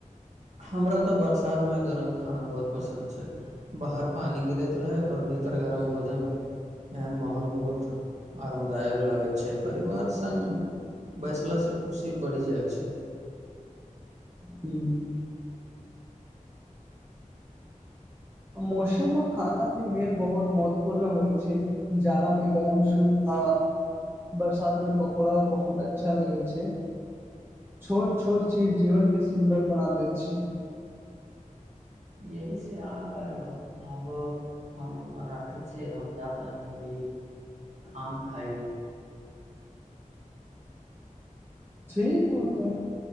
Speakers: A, on the right; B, on the right.
A: हमरा तऽ बरसात मे गरम खाना बहुत पसन्द छै बाहर पानि गिरैत रहैत और भीतर गरम भोजन एहन माहौल बहुत आरामदायक लगैत छै परिवार संग बैसलासँ खुशी बढ़ि जाइ छै
B: हूँ मौसम आ खानाके मेल बहुत महत्वपूर्ण होइ छै जाड़ामे गरम सूप आ बरसात में पकौड़ा बहुत अच्छा लगै छै छोट छोट चीज जीवनके सुन्दर बना दैत छै
A: यहि से आगा एलौ आब हम राखै छ हम जा तनि अभी आम खाइ
B: ठीक बातब <unintelligible>